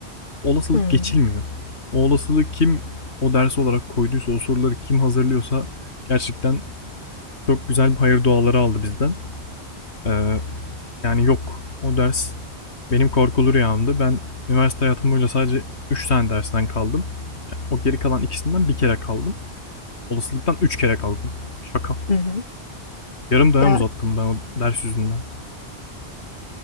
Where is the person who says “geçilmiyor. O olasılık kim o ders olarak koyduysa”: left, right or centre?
Left